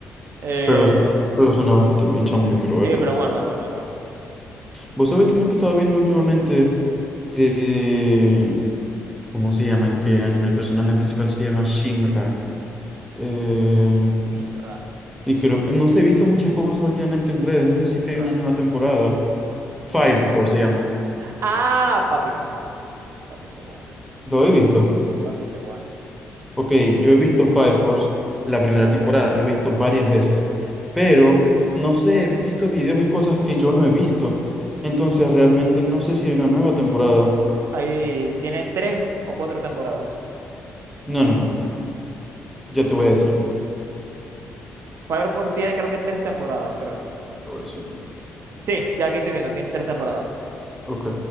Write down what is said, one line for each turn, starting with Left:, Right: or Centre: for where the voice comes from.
Right: Eh,
Centre: Pero, su- pero suena bastante bien, chamo, yo quiero verlo.
Right: sí, pero bueno, es bueno, es bueno.
Centre: Vos sabés también que estaba viendo últimamente de... ¿Cómo se llama este anime? El personaje principal se llama Shinra. Eh,
Right: Inra.
Centre: Y creo que... No sé, he visto muchas cosas últimamente en redes. No sé si es que hay
Right: Ra-
Centre: una nueva temporada. Fire Force se llama.
Right: Ah, papi, esa es buena. Papi, esa es buena.
Centre: ¿Lo he visto?
Right: Papi, esa es buena.
Centre: Ok, yo he visto Fire Force la primera temporada. Lo he visto varias veces. Pero, no sé, he visto videos y cosas que yo no he visto. Entonces, realmente no sé si hay una nueva temporada.
Right: Ahí tiene tres o cuatro temporadas.
Centre: No, no, no. Ya te voy a decir, mira.
Right: Fire Force tiene creo que tres temporadas, creo.
Centre: Te voy a decir.
Right: Sí, ya aquí estoy viendo, tiene tres temporadas.
Centre: Ok.